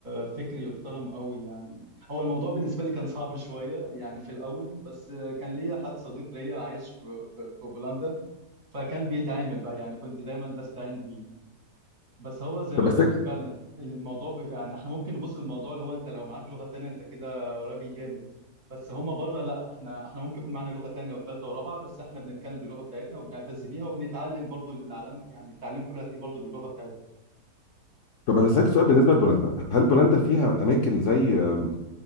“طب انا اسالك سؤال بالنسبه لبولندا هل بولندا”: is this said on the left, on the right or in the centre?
Left